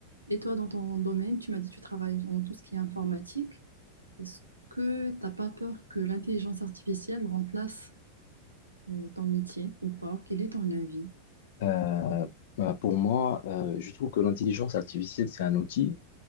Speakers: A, on the right; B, on the left.
A: Et toi, dans ton domaine, tu m'as dit que tu travailles en tout ce qui est informatique. Est-ce que t'as pas peur que l'intelligence artificielle remplace euh, ton métier ou pas? Quel est ton avis?
B: Euh, bah, pour moi, euh, je trouve que l'intelligence artificielle, c'est un outil